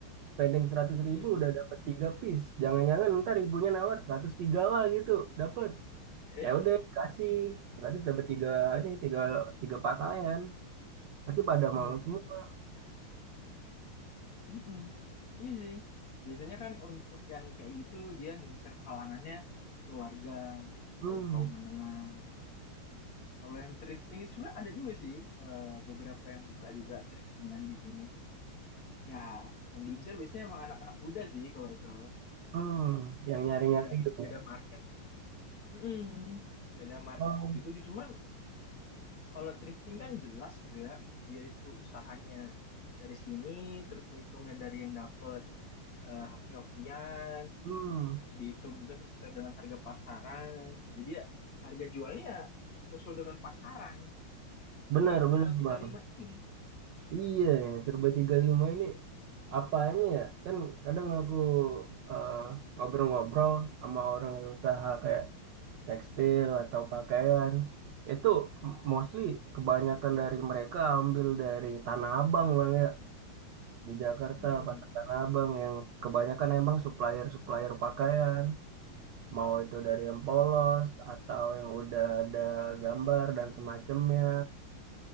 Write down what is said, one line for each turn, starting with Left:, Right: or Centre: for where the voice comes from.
Right: Spending seratus
Left: Hmm.
Right: ribu udah dapat 3 piece. Jangan-jangan ntar ibunya nawar 103 lah gitu. Dapat.
Left: Eh,
Right: Ya udah kasih 100 dapat tiga ini 3 3 pakaian. Pasti pada
Left: Hmm.
Right: mau semua.
Left: Mm-mm. Iya sih. Biasanya kan untuk yang kayak gitu dia ngincer kalangannya keluarga,
Right: Hmm.
Left: kaum-kaum menengah gitu ya. Kalau yang thrifting itu sebenarnya ada juga sih eh, beberapa yang buka juga thriftingan di sini. Ya, yang diincar biasanya emang anak-anak muda sih kalau itu.
Right: Hmm, yang
Left: Emang
Right: nyari-nyari
Left: beda
Right: gitu.
Left: beda market Mm-mm. beda market
Right: Oh,
Left: yang dituju. Cuman kalau thrifting kan jelas gitu ya, dia itu usahanya dari sini, terus ngitungnya dari yang dapet eh, hoki-hokian,
Right: hmm.
Left: terus dihitung juga sesuai dengan harga pasaran. Jadi ya harga jualnya ya sesuai dengan pasaran.
Right: Benar,
Left: Kalau yang serba
Right: benar,
Left: tiga
Right: Bang.
Left: puluh lima ini,
Right: Iya, serba 35 ini apa ini ya kan kadang aku eh, ngobrol-ngobrol sama orang yang usaha kayak tekstil atau pakaian itu mostly kebanyakan dari mereka ambil dari Tanah Abang bang ya di Jakarta
Left: hmm,
Right: pasar Tanah Abang yang kebanyakan emang supplier-supplier pakaian mau itu dari yang polos atau yang udah ada gambar dan semacamnya